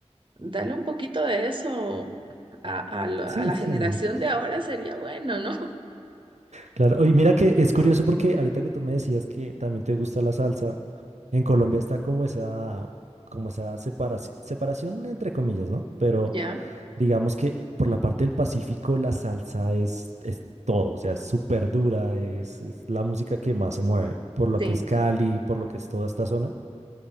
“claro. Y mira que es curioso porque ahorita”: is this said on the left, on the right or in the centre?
Right